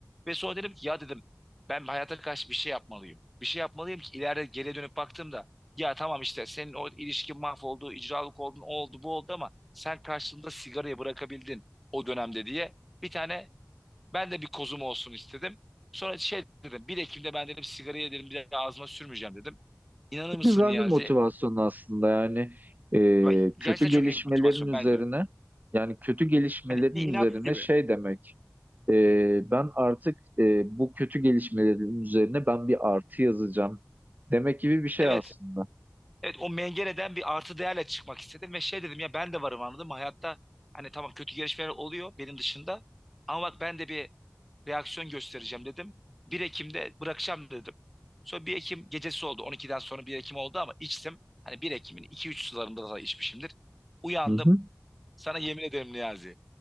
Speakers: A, in the centre; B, on the right.
A: Ve sonra dedim ki ya dedim ben hayata karşı bir şey yapmalıyım. Bir şey yapmalıyım ki ileride geriye dönüp baktığımda ya tamam işte senin o ilişkin mahvoldu, icralık oldun, o oldu, bu oldu ama sen karşılığında sigarayı bırakabildin o dönemde diye bir tane ben de bir kozum olsun istedim. Sonra şey dedim bir Ekim'de ben dedim sigarayı dedim bir daha ağzıma sürmeyeceğim dedim. İnanır mısın
B: Güzel
A: Niyazi?
B: bir motivasyon aslında yani e,
A: Bak, Gerçekten
B: kötü gelişmelerin
A: çok iyi bir motivasyon
B: üzerine
A: bence.
B: yani kötü gelişmelerin
A: Hani bir
B: üzerine
A: inat gibi.
B: şey demek e, ben artık e, bu kötü gelişmelerin üzerine ben bir artı yazacağım demek gibi bir şey
A: Evet,
B: aslında.
A: evet o mengeneden bir artı değerle çıkmak istedim ve şey dedim ya ben de varım anladım. Hayatta hani tamam kötü gelişmeler oluyor benim dışında ama bak ben de bir reaksiyon göstereceğim dedim. 1 Ekim'de bırakacağım dedim. Sonra 1 Ekim gecesi oldu. 12'den sonra 1 Ekim oldu ama içtim. Hani 1 Ekim'in 2-3 sularında da içmişimdir. Uyandım.
B: Hı hı.
A: Sana yemin ederim Niyazi.